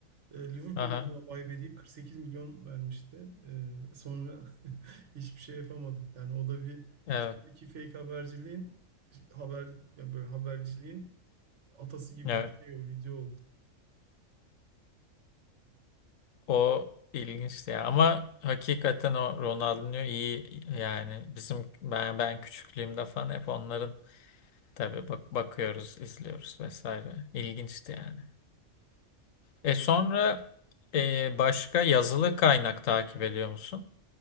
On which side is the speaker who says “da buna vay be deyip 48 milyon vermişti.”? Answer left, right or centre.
Right